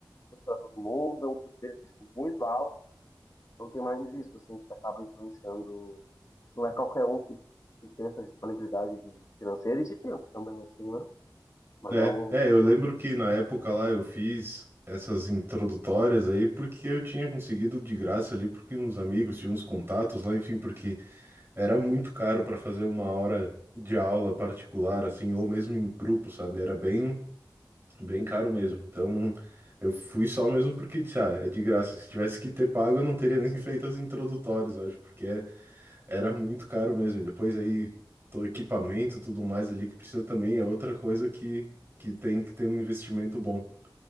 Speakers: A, on the left; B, on the right.
A: são para todo mundo, é um custo-benefício muito alto, então tem mais isso, assim, que acaba influenciando. Não é qualquer um que, que tem essa disponibilidade de- financeira e de tempo também, assim, né? Mas
B: É,
A: é um.
B: é, eu lembro que na época lá eu fiz essas introdutórias aí porque eu tinha conseguido de graça ali, porque uns amigos tinham uns contatos lá, enfim, porque Era muito caro para fazer uma hora de aula particular, assim, ou mesmo em grupo, sabe? Era bem, bem caro mesmo. Então, eu fui só mesmo porque disse, ah, é de graça. Se tivesse que ter pago, eu não teria nem <laughs> feito as introdutórias, eu acho, porque é- era muito caro mesmo. E depois aí, todo equipamento, tudo mais ali que precisa também é outra coisa que, que tem que ter um investimento bom.